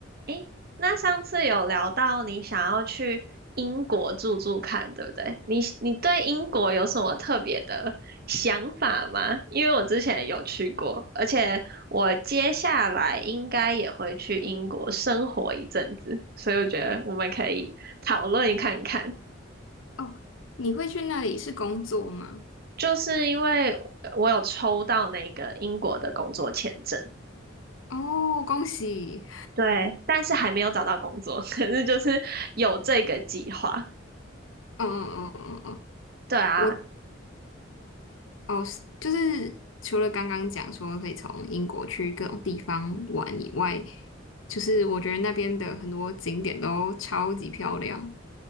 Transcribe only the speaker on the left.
哦，你会去那里是工作吗？
哦，恭喜！
嗯嗯嗯嗯嗯，
我哦，是就是除了刚刚讲说可以从英国去各种地方玩以外，就是我觉得那边的很多景点都超级漂亮，